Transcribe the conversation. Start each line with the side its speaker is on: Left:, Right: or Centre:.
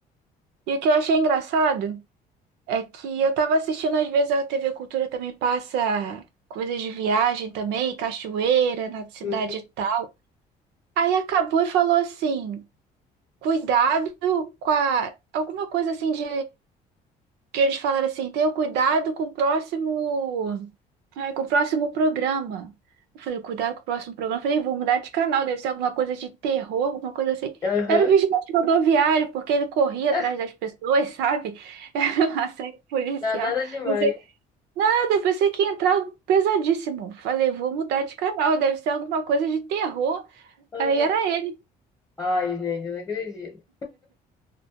Right: E o que eu achei engraçado é que eu tava assistindo, às vezes a TV Cultura também passa coisas de viagem também, cachoeira na cidade
Left: Uhum.
Right: e tal. Aí acabou e falou assim: cuidado com a. Alguma coisa assim de. Que eles falaram assim: tenha cuidado com o próximo. Ai, com o próximo programa. Eu falei, cuidado com o próximo programa. Eu falei, vou mudar de canal, deve ser alguma coisa de terror, alguma coisa assim.
Left: Aham.
Right: Era o vigilante rodoviário, porque ele corria
Left: <laughs>
Right: atrás das pessoas, <laughs> sabe? Era uma série policial.
Left: Não, nada demais.
Right: Pensei, ah, eu pensei que ia entrar algo pesadíssimo. Falei, vou mudar de canal, deve ser alguma coisa de terror.
Left: Aham.
Right: Aí era ele.
Left: Ai, gente, eu não acredito.